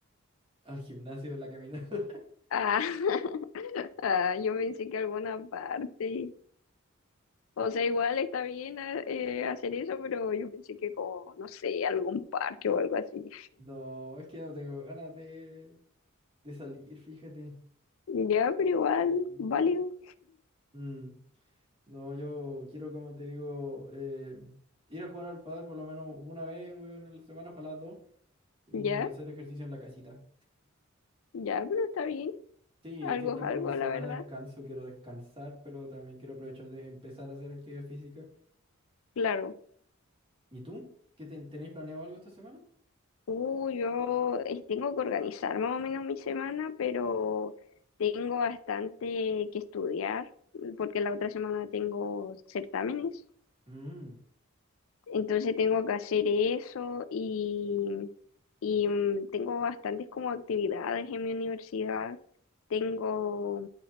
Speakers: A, on the right; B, on the left.
A: al gimnasio, la caminata. <laughs>
B: Ah, <laughs> ah, yo pensé que alguna parte. O sea, igual está bien ah, eh, hacer eso, pero yo pensé que como, no sé, algún parque o algo así.
A: No, es que no tengo ganas de, de salir, fíjate.
B: Ya, pero igual,
A: Mm.
B: válido.
A: Mm, No, yo quiero, como te digo, eh, ir a jugar al pádel por lo menos una vez, weón, en la semana, ojalá dos, y
B: Ya,
A: hacer ejercicio en la casita.
B: ya, pero está bien.
A: Sí,
B: Algo
A: es que tengo
B: es algo,
A: mi semana
B: la verdad.
A: de descanso, quiero descansar, pero también quiero aprovechar de empezar a hacer actividad física.
B: Claro.
A: ¿Y tú? ¿Qué ten- tenéis planeado algo esta semana?
B: Uh, yo eh, tengo que organizar más o menos mi semana, pero tengo bastante que estudiar porque la otra semana tengo certámenes.
A: Mm,
B: Entonces tengo que hacer eso y, y mm, tengo bastantes como actividades en mi universidad. Tengo,